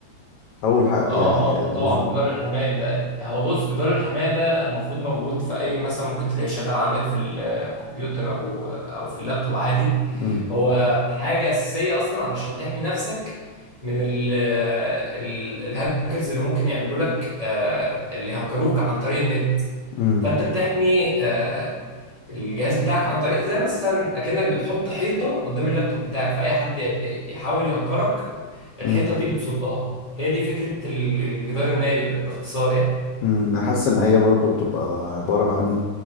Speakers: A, on the left; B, on the left.
A: أول حاجة
B: اه
A: يعني
B: اه طبعا
A: مش
B: جدار الحماية ده هو بص جدار الحماية ده المفروض موجود في اي مثلا ممكن تلاقيه شغال عندك في الكمبيوتر او او في اللابتوب عادي
A: مم،
B: هو حاجة أساسية أصلا علشان تحمي نفسك من ال ال الهاكرز اللي ممكن يعملوا لك آه، اللي هكروك عن طريق النت
A: مم،
B: فانت بتحمي آه، الجهاز بتاعك عن طريق زي مثلا اكنك بتحط حيطه قدام اللابتوب بتاعك فاي حد يحاول يهكرك الحيطه
A: مم.
B: دي بتصدها هي دي فكره ال- الجدار الناري ب- باختصار يعني
A: أمم، أنا حاسس إن هي برضو بتبقى عبارة عن